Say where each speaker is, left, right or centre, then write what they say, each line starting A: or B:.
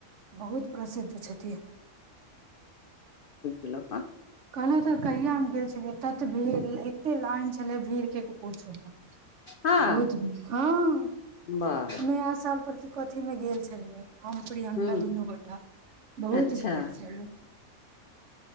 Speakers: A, on the right; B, on the left.
A: बहुत प्रसिद्ध छथिन
B: ल' क'
A: कहलौं तऽ कहिया हम गेल छलियै तत् एत्त भीड़ एत्ते लाइन छलै भीड़कें कि पुछू मत
B: हँ
A: बहुत भीड़ हँ
B: वाह
A: नया साल पर क कथी मे गेल छलियै हम प्रियंका
B: हूँ
A: दुनू गोटा बहुत
B: अच्छा
A: भीड़ छल